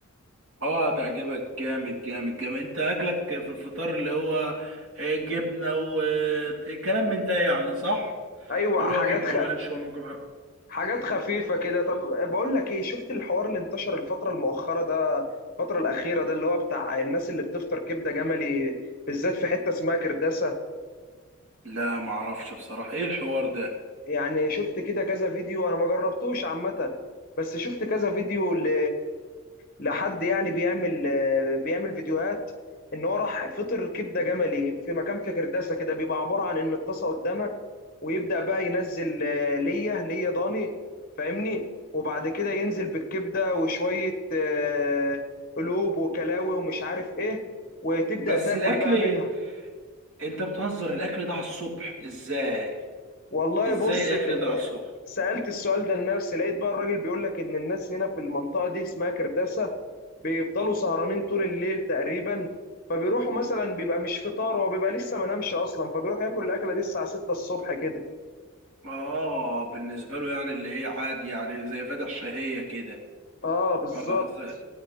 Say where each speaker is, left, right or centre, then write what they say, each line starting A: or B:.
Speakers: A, on the right (about 60°); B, on the left (about 40°).
A: اه هتعجبك جامد جامد جامد انت اكلك في الفطار اللي هو آه، جبنه وكلام من ده يعني صح
B: ايوه
A: اللي
B: حاجات
A: هو جبنه
B: خ...
A: ولانشون وجبنه
B: حاجات خفيفة كده طب بقول لك ايه شفت الحوار اللي انتشر الفترة المؤخرة ده الفترة الأخيرة ده اللي هو بتاع الناس اللي بتفطر كبدة جملي بالذات في حتة اسمها كرداسة
A: لا معرفش بصراحة ايه الحوار ده
B: يعني شفت كده كذا فيديو انا ما جربتوش عامة بس شفت كذا فيديو ل... لحد يعني بيعمل بيعمل فيديوهات ان هو راح فطر كبدة جملي في مكان في كرداسة كده بيبقى عبارة عن ان الطاسة قدامك ويبدأ بقى ينزل آه، ليا ليا ضاني فاهمني وبعد كده ينزل بالكبدة وشوية آه، قلوب وكلاوي ومش عارف ايه وتبدأ
A: بس
B: تاكل
A: الاكل
B: بقى منها
A: انت بتهزر الاكل ده على الصبح ازاي
B: والله
A: ازاي
B: بص
A: الاكل
B: ال-
A: ده على الصبح
B: سألت السؤال ده لنفسي لقيت بقى الراجل بيقول لك إن الناس هنا في المنطقة دي اسمها كرداسة بيفضلوا سهرانين طول الليل تقريبا فبيروحوا مثلا بيبقى مش فطار هو بيبقى لسه ما نامش أصلا فبيروح ياكل الأكلة دي الساعة 6 الصبح كده
A: اه بالنسبة له يعني اللي هي عادي يعني زي فاتح شهية كده
B: آه بالظبط
A: اه ازاي